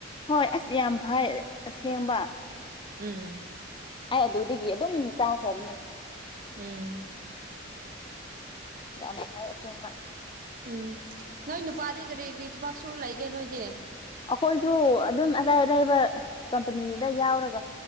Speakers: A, on the left; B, on the right.
A: ꯍꯣꯏ ꯑꯁ ꯌꯥꯝ ꯐꯩ ꯑꯁꯦꯡꯕ
B: ꯎꯝ
A: ꯑꯩ ꯑꯗꯨꯗꯒꯤ ꯑꯗꯨꯝ ꯆꯥꯈ꯭ꯔꯕꯅꯦ
B: ꯎꯝ
A: ꯌꯥꯝꯁꯕ
B: ꯎꯝ ꯅꯣꯏ ꯅꯨꯄꯥꯗꯤ ꯀꯔꯤ ꯀꯔꯤ ꯊꯕꯛ ꯁꯨꯔ ꯂꯩꯒꯦ ꯅꯣꯏꯗꯤ
A: ꯑꯩꯈꯣꯏꯁꯨ ꯑꯗꯨꯝ ꯑꯔꯥꯏ ꯑꯔꯥꯏꯕ ꯀꯝꯄꯅꯤꯗ ꯌꯥꯎꯔꯒ